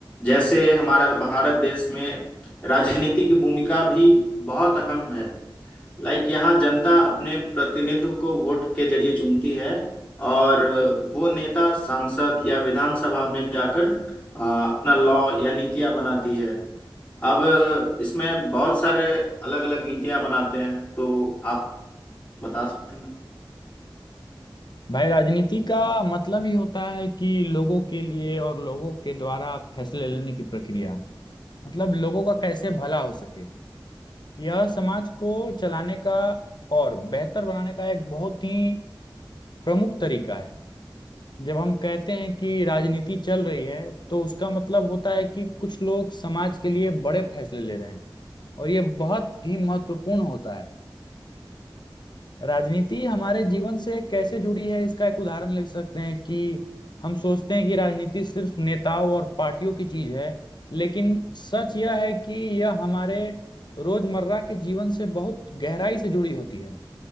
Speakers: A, on the left (about 20°); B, on the left (about 60°).
A: जैसे
B: हम्म
A: हमारा भारत देश में राजनीति की भूमिका भी बहुत अहम है लाइक यहाँ जनता अपने प्रतिनिधित्व को वोट के जरिए चुनती है और वो नेता सांसद या विधानसभा में जाकर आ, अपना लॉ या नीतियाँ बनाती है अब इसमें बहुत सारे अलग अलग नीतियाँ बनाते हैं तो आप बता सकते हैं
B: भाई राजनीति का मतलब ही होता है कि लोगों के लिए और लोगों के द्वारा फैसले लेने की प्रक्रिया मतलब लोगों का कैसे भला हो सके यह समाज को चलाने का और बेहतर बनाने का एक बहुत ही प्रमुख तरीका है जब हम कहते हैं कि राजनीति चल रही है तो उसका मतलब होता है कि कुछ लोग समाज के लिए बड़े फैसले ले रहे हैं और ये बहुत ही महत्वपूर्ण होता है राजनीति हमारे जीवन से कैसे जुड़ी है इसका एक उदाहरण ले सकते हैं कि हम सोचते हैं कि राजनीति सिर्फ नेताओं और पार्टियों की चीज है लेकिन सच यह है कि यह हमारे रोजमर्रा के जीवन से बहुत गहराई से जुड़ी होती है